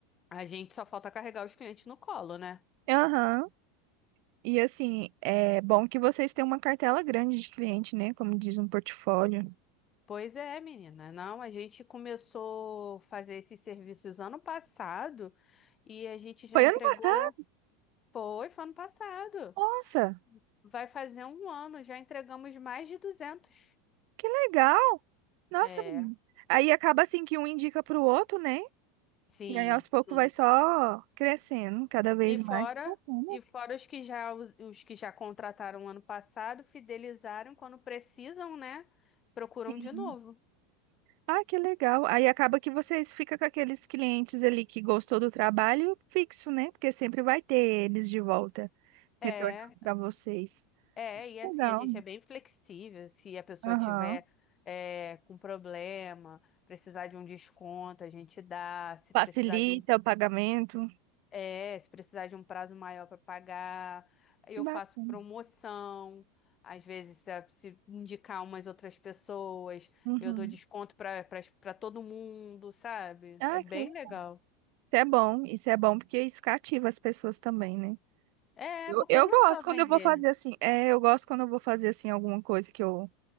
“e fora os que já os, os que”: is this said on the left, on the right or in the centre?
Left